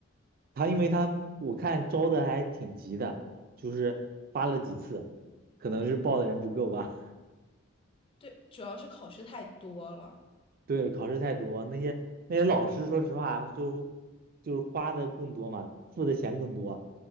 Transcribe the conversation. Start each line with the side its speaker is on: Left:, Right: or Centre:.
Right: 他因为他我看招的还挺急的，就是发了几次，可能是报的人不够吧。
Left: 对，主要是考试太多了。
Right: <laughs> 对，考试太多，那些那些老师说实话就就是花的更多嘛，付的钱更多。